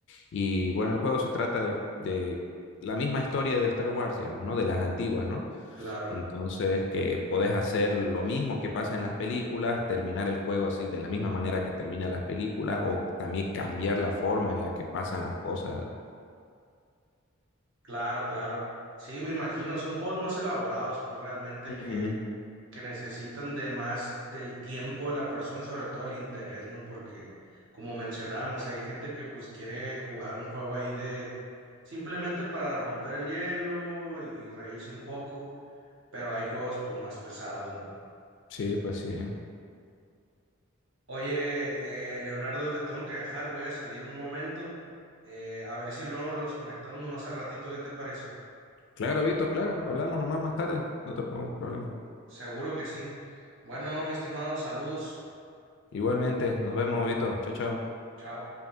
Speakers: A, on the left; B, on the right.
A: Y bueno, el juego se trata de, de la misma historia de Star Wars, digamos, ¿no? De las antiguas, ¿no?
B: Claro,
A: Entonces, que podés hacer lo mismo que pasa en las películas, terminar el juego así de la misma manera que terminan las películas o también cambiar la forma en la que pasan las cosas.
B: claro, claro. Sí, me imagino, son juegos más elaborados, pues realmente
A: Ujú.
B: que que necesitan de más del tiempo de la persona, sobre todo el interés, ¿no? Porque, como mencionábamos, hay gente que pues quiere jugar un juego ahí de simplemente para romper el hielo y reírse un poco, pero hay juegos pues más pesados, ¿no?
A: Sí, pues sí.
B: Oye, eh, Leonardo, te tengo que dejar, voy a salir un momento, eh, a ver si no los conectamos nomás al ratito, ¿qué te parece?
A: Claro, Vito, claro. Hablamos nomás más tarde. No te pongo problema.
B: Seguro que sí. Bueno, mi estimado, saludos,
A: Igualmente, nos vemos, Vito. Chao, chao.
B: chao.